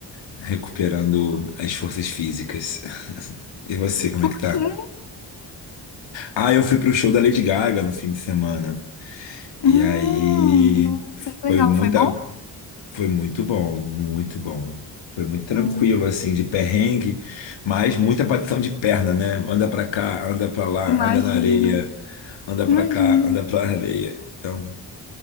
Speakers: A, on the left; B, on the left.
A: recuperando as forças físicas. E você, como
B: Por
A: é que tá?
B: quê?
A: Ah, eu fui pro show da Lady Gaga no fim de semana.
B: Hum,
A: E aí
B: nossa, que
A: foi
B: legal.
A: muita
B: Foi bom?
A: Foi muito bom, muito bom. Foi muito tranquilo,
B: Hum,
A: assim, de perrengue, mas muita batidão de perna, né? Anda pra cá, anda pra lá,
B: imagino,
A: anda na areia, anda pra
B: imagino.
A: cá, anda pra areia. Então,